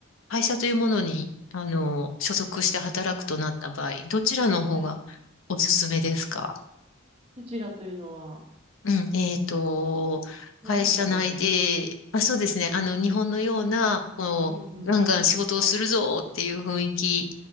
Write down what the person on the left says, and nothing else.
会社というものに、あの、所属して働くとなった場合、どちらの方が
おすすめですか
うん、えっと、
会社内で、あ、そうですね、
あの、日本のような、こう、
ガンガン仕事をするぞっていう雰囲気